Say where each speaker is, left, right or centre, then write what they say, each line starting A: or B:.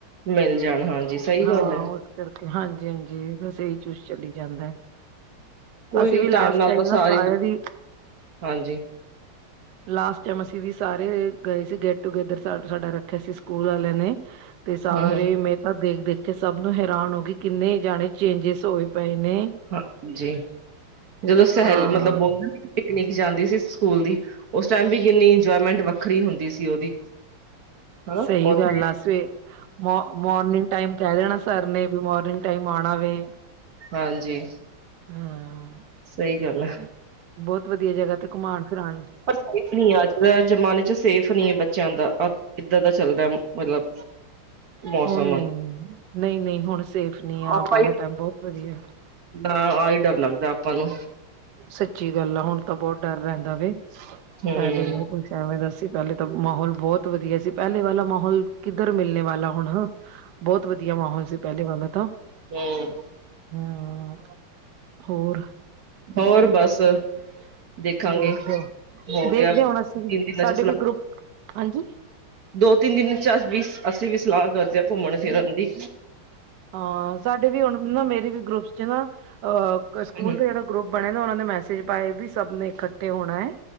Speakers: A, on the right; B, on the right.
A: ਮਿਲ ਜਾਣ ਹਾਂਜੀ ਸਹੀ
B: ਹਾਂ
A: ਗੱਲ ਹੈ
B: ਉਹ ਇਸ ਕਰਕੇ, ਹਾਂਜੀ-ਹਾਂਜੀ ਬਸ ਇਹੀ ਚੂਜ ਚਲੀ ਜਾਂਦਾ
A: ਕੋਈ
B: ਅਸੀਂ
A: ਨੀ
B: ਵੀ ਲਾਸਟ
A: ਨਾਲ
B: ਟਾਈਮ
A: ਤਾਂ ਸਾਰੀ
B: ਨਾ ਸਾਇ ਦੀ।
A: ਹਾਂਜੀ
B: ਲਾਸਟ ਟਾਈਮ ਅਸੀਂ ਵੀ ਸਾਰੇ ਗਏ ਸੀ, ਗੈਟ ਟੂਗੇੈਦਰ ਸ ਸਾਡਾ ਰੱਖਿਆ ਸੀ। ਸਕੂਲ ਵਾਲੇ ਨੇ, ਤੇ ਸਾਰੇ
A: ਹੂੰ ਹੂੰ
B: ਮੇਰੇ ਵੱਲ ਦੇਖ-ਦੇਖ। ਕਿ ਸਭ ਨੂੰ ਹੈਰਾਨ ਹੋ ਗਏ। ਕਿੰਨੇ ਜਾਣੇ ਚੇਂਜਿਸ ਹੋਏ ਪਏ ਨੇ।
A: ਹਾਂਜੀ, ਜਦੋਂ ਸੇਹਲ
B: ਹਾਂ
A: ਮਤਲਬ ਬੋਲ ਪਿਕਨਿਕ ਜਾਂਦੀ ਸੀ ਸਕੂਲ ਦੀ, ਉਸ ਟਾਈਮ ਵੀ ਕਿੰਨੀ ਇੰਜੋਏਮੈਂਟ ਵੱਖਰੀ ਹੁੰਦੀ ਸੀ ਉਹਦੀ। <inaudible>
B: ਸਹੀ
A: ਉੱਥੇ
B: ਗੱਲ ਆ ਸਵੇ, ਮੋ, ਮੋਰਨਿੰਗ ਟਾਈਮ ਕਹਿ ਦੇਣਾ ਸਰ ਨੇ ਕਿ ਮੋਰਨਿੰਗ ਟਾਈਮ ਆਣਾ ਵੇ।
A: ਹਾਂਜੀ।
B: ਹਾਂ।
A: ਸਈ ਗੱਲ ਐ।
B: ਬੋਤ ਵਧੀਆ ਜਗਾ 'ਤੇ ਘੁੰਮਾਣ ਫਿਰਾਨ।
A: ਪਰ ਸੇਫ ਨੀ ਐ ਅੱਜ ਦਾ ਜਮਾਨੇ 'ਚ ਸੇਫ ਨੀ ਐ ਬੱਚਿਆਂ ਦਾ ਅ ਐਦਾਂ ਦਾ ਚੱਲਦੈ ਮਤਲਬ ਮੌਸਮ।
B: ਹੁਣ ਨੀ ਨਹੀਂ ਨਹੀਂ ਹੁਣ ਸੇਫ ਨੀ ਆ
A: ਆਪਾਂ
B: ਪਹਿਲਾ
A: ਈ,
B: ਟਾਈਮ ਬਹੁਤ ਵਧੀਆ
A: ਆਈ ਡਰ ਲੱਗਦੈ ਆਪਾਂ ਨੂੰ।
B: ਸੱਚੀ ਗੱਲ ਆ ਹੁਣ ਤਾਂ ਬੋ ਡਰ ਰੈਂਦਾ ਵੇ,
A: ਹੂੰ
B: ਪੈਲੇ ਨੀ ਕੁਛ ਐਂਵੇਂ ਦਾ ਸੀ ਪੈਲੇ ਤਾਂ ਮਹੌਲ ਬੋਤ ਵਧੀਆ ਸੀ, ਪੈਲੇ ਵਾਲਾ ਮਹੌਲ ਕਿੱਧਰ ਮਿਲਨੇ ਵਾਲਾ ਹੁਣ, ਬੋਤ ਵਧੀਆ ਮਹੌਲ ਸੀ ਪੈਲੇ ਵਾਲਾ ਤਾਂ।
A: ਹੂੰ।
B: ਹੂੰ, ਹੋਰ?
A: ਹੋਰ ਬੱਸ। ਦੇਖਾਂਗੇ,
B: ਦੇਖਦੇ ਹੋ
A: ਹੋ
B: ਦੇਖਦੇ
A: ਗਿਆ ਤਿੰਨ
B: ਹੁਣ ਅਸੀਂ ਵੀ
A: ਦਿਨਾਂ
B: ਸਾਡੇ
A: 'ਚ ਸਲਾ
B: ਵੀ ਗਰੁੱਪ ਹਾਂਜੀ
A: ਦੋ-ਤਿੰਨ ਦਿਨ ਚਾ ਅਸ ਵੀ ਅਸੀਂ ਵੀ ਸਲਾਅ ਕਰਦੇ ਆ ਘੁੰਮਣ ਫਿਰਨ ਦੀ।
B: ਹਾਂ ਸਾਡੇ ਵੀ ਹੁਣ ਨਾ ਮੇਰੀ ਵੀ ਗਰੁੱਪ 'ਚ ਨਾ ਅ ਕ ਸਕੂਲ
A: ਹੂੰ
B: ਦਾ ਜੇੜਾ ਗਰੁੱਪ ਬਣਿਆ ਦਾ ਹੁਣ ਉਨਾਂ ਨੇ ਮੈਸੇਜ ਪਾਏ ਵੀ ਸਭ ਨੇ ਇਕੱਠੇ ਹੋਣਾ ਐ